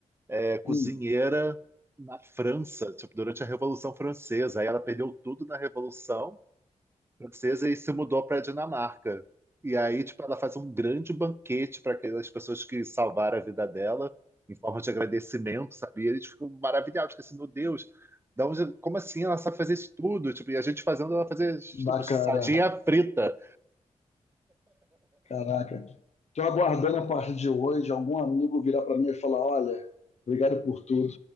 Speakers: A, on the right (about 20°); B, on the left (about 60°).
A: é cozinheira
B: Hum,
A: na França, tipo, durante a Revolução Francesa. Aí ela perdeu tudo na Revolução Francesa e se mudou para a Dinamarca. E aí, tipo, ela faz um grande banquete para aquelas pessoas que salvaram a vida dela, em forma de agradecimento, sabe? E eles ficam maravilhados, porque assim, meu Deus, da onde, como assim ela sabe fazer isso tudo? Tipo, e a gente fazendo ela fazer, tipo,
B: bacana.
A: sardinha frita,
B: Caraca. Estou aguardando a partir de hoje algum amigo virar para mim e falar, olha, obrigado por tudo.